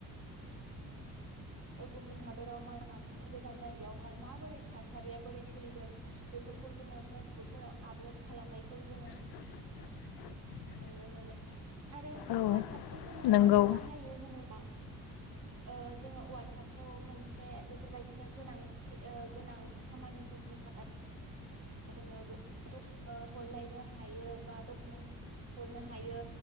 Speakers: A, on the right; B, on the left.
A: ओ गुबुन हादराव मा ज गोजान जायगायावहाय माबोरै थासारिया बोरै सोलिदों बेफोरखौ जोङो फेसबुकफोराव आपल'ड खालामनायखौ जोङो
B: <unintelligible>
A: नुनो मोनो आरो ववाटसपखौ
B: औ
A: जोङो
B: नंगौ
A: मानो बाहायो होनोबा ओ जोङो वाटसपखौ मोनसे बेफोरबायदिनो गोनांथि ओ गोनां खामानिफोरनि थाखाय जोङो ओ हरलायनो बा डकुमेन्टस हरनो हायो।